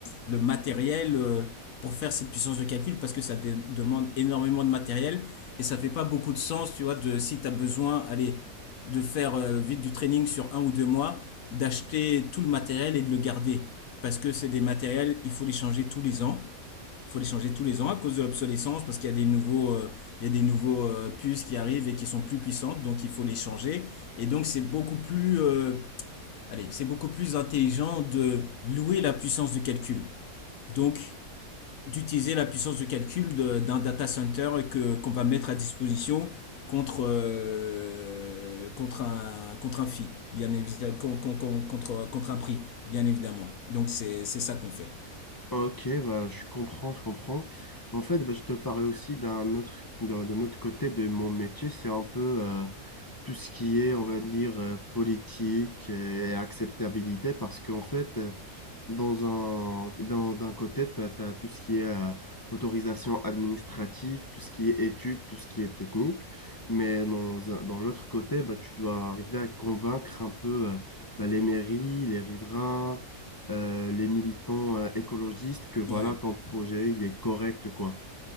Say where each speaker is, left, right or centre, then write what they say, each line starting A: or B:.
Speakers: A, on the left; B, on the left.
A: le matériel euh, pour faire cette puissance de calcul parce que ça dé- demande énormément de matériel et ça fait pas beaucoup de sens, tu vois, de si tu as besoin, allez, de faire euh, vite du training sur un ou deux mois, d'acheter tout le matériel et de le garder. Parce que c'est des matériels, il faut les changer tous les ans. Il faut les changer tous les ans à cause de l'obsolescence, parce qu'il y a des nouveaux, euh, il y a des nouveaux euh, puces qui arrivent et qui sont plus puissantes, donc il faut les changer. Et donc c'est beaucoup plus euh, Allez, c'est beaucoup plus intelligent de louer la puissance de calcul. Donc, d'utiliser la puissance de calcul d'un data center que, qu'on va mettre à disposition contre, euh, contre, un, contre un fee, bien évidemment, con- contre, contre un prix, bien évidemment. Donc, c'est, c'est ça qu'on fait.
B: Ok, bah, je comprends, je comprends. En fait, bah, je te parlais aussi d'un autre, d'un d'un autre côté de mon métier. C'est un peu euh, tout ce qui est, on va dire, euh, politique et acceptabilité. Parce qu'en fait, Dans un, dans- d'un côté, tu as, tout ce qui est euh, autorisation administrative, tout ce qui est études, tout ce qui est technique. Mais dans, un- dans l'autre côté, bah, tu dois arriver à convaincre un peu euh, bah, les mairies, les riverains, euh, les militants euh, écologistes que voilà,
A: Ouais.
B: ton projet, il est correct, quoi.